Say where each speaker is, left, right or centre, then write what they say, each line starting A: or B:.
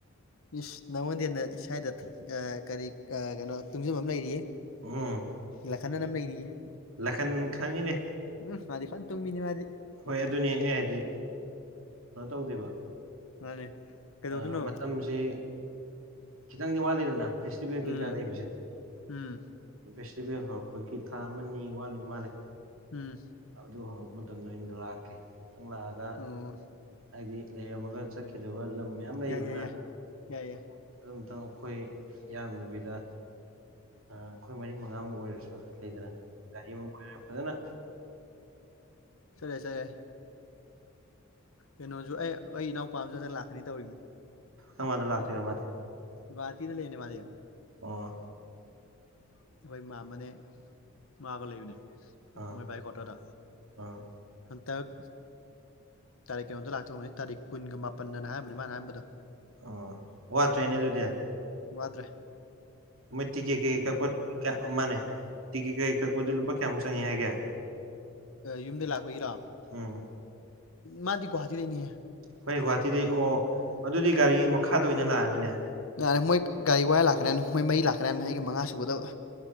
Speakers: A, on the left; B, on the right.
A: ꯏꯁ ꯅꯉꯣꯟꯗꯩ ꯍ‌ꯦꯟꯅ ꯁ꯭ꯋꯥꯏꯗ ꯑ ꯀꯔꯤ ꯑ ꯀꯩꯅꯣ ꯇꯨꯡꯖꯟꯕ ꯑꯃ ꯂꯩꯔꯤꯌꯦ
B: ꯎꯝ
A: ꯂꯥꯈꯟ ꯅ ꯑꯃ ꯂꯩꯔꯤꯌꯦ
B: ꯂꯥꯈꯟ ꯈꯪꯉꯤꯅꯦ
A: ꯎꯝ ꯃꯥꯗꯤ ꯐꯖꯟ ꯇꯨꯝꯕꯤꯅꯤ ꯃꯥꯗꯤ
B: ꯍꯣꯏ ꯑꯗꯨꯅꯦ ꯑꯩ ꯍꯥꯏꯗꯤ ꯀꯩꯅꯣ ꯇꯧꯗꯦꯕ
A: ꯃꯥꯅꯦ ꯀꯩꯗꯧꯗꯣꯏꯅꯣ
B: ꯑ ꯃꯇꯝꯁꯤ ꯈꯤꯇꯪꯗꯤ ꯋꯥꯠꯂꯤꯗꯅ ꯐ‌ꯦꯁꯇꯤꯕ‌ꯦꯜ ꯀꯩꯀꯥ
A: ꯎꯝ
B: ꯂꯩꯕꯁꯦ
A: ꯎꯝ
B: ꯐꯦꯁꯇꯤꯚꯦꯜ ꯍꯧꯔꯛꯄꯒꯤ ꯊꯥ ꯑꯃ ꯑꯅꯤ ꯋꯥꯠꯂꯤ ꯃꯥꯜꯂꯦ
A: ꯎꯝ
B: ꯑꯗꯨ ꯍꯥꯎ ꯃꯇꯝꯗꯣ ꯑꯩ ꯅꯣꯏ ꯌꯨꯝꯗ ꯂꯥꯛꯀꯦ <unintelligible> ꯂꯥꯛꯑꯒ
A: ꯑꯣ
B: ꯍꯥꯏꯗꯤ ꯂꯩꯔꯝꯃꯒ ꯆꯠꯈꯤꯗꯕ ꯃꯌꯥꯝ ꯂꯩꯗꯅ
A: ꯌꯥꯏ ꯌꯥꯏ ꯌꯥꯏ ꯌꯥꯏ ꯌꯥꯏ
B: ꯑꯗꯨꯝꯇꯪ ꯑꯩꯈꯣꯏ ꯌꯥꯝꯗꯕꯤꯗ ꯑꯩꯈꯣꯏ ꯃꯔꯤ ꯃꯉꯥꯃꯨꯛ ꯑꯣꯏꯔꯁꯨ ꯂꯩꯗꯅ ꯒꯥꯔꯤꯃꯨꯛ ꯑꯣꯏꯔ ꯐꯖꯅ
A: ꯁꯔꯦ ꯁꯔ ꯀꯩꯅꯣꯁꯨ ꯑꯩ ꯑꯩ ꯏꯅꯥꯎꯄꯥꯝꯁꯨ ꯍꯗ ꯂꯥꯛꯀꯅꯤ ꯇꯧꯔꯤꯅꯤ
B: ꯗ ꯂꯥꯛꯇꯕ ꯃꯥꯗꯤ
A: ꯕꯥꯇꯤꯗ ꯂ ꯂꯩꯅꯦ ꯃꯥꯦ
B: ꯑꯣ
A: ꯑꯩꯈꯣꯏ ꯃꯥꯃꯅꯦ ꯃꯥꯒ ꯂꯩꯕꯅꯦ
B: ꯑꯥ
A: ꯃꯣꯏ ꯏ ꯀꯠꯇꯗ
B: ꯑꯥ
A: ꯇꯛ ꯇꯥꯔꯤꯛ ꯀꯩꯅꯣꯝꯇ ꯂꯥꯛꯆꯧꯕꯅꯤ ꯇꯥꯔꯤꯛ ꯀꯨꯟꯒ ꯃꯥꯄꯟꯗꯅ ꯍꯥꯏꯝꯕꯅꯤ ꯃꯥꯅ ꯍꯥꯏꯝꯕꯗꯣ
B: ꯑꯣ ꯋꯥꯠꯇ꯭ꯔꯦꯅꯦ ꯑꯗꯨꯗꯤ
A: ꯋꯥꯇ꯭ꯔꯦ
B: ꯃꯣꯏ ꯇꯦ ꯀ ꯀ ꯃ ꯇꯦ ꯀ ꯀꯛꯄꯗꯤ ꯂꯨꯄꯥ ꯀꯌꯥꯨꯛꯪꯉꯦ ꯍꯥꯏꯒꯦ
A: ꯌꯨꯝꯗ ꯂꯥꯛꯄꯒꯤꯔꯣ
B: ꯎꯝ
A: ꯃꯥꯗꯤꯒꯨꯍꯥꯇꯤ ꯂꯩꯅꯤ
B: ꯍꯣꯏ ꯒꯨꯍꯥꯇꯤꯗꯒꯤꯩ ꯑꯣ ꯑꯗꯨꯗꯤ ꯒꯥꯔꯤ ꯃꯈꯥꯗ ꯑꯣꯏꯅ ꯂꯥꯛꯑꯅꯤꯅꯦ
A: ꯌꯥꯔꯦ ꯃꯣꯏ ꯒꯥꯔꯤ ꯋꯥꯏ ꯂꯥꯛꯈ꯭ꯔꯦꯕꯅ ꯃꯣꯏ ꯃꯩ ꯂꯥꯛꯀ꯭ꯔꯥꯕꯅ ꯑꯩꯒꯤ ꯃꯉꯥ ꯁꯨꯒꯗꯕ